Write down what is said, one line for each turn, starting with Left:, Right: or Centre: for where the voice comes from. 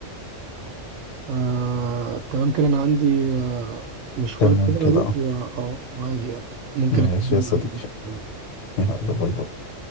Right: آه، تمام كده انا عندي آه، مشوار
Left: تمام
Right: كده
Left: كده
Right: اروح
Left: اه
Right: و- اه وهاجي يعني. ممكن
Left: ماشي
Right: أكمل
Left: يا صديقي
Right: معاك.
Left: <laughs> يلا باي باي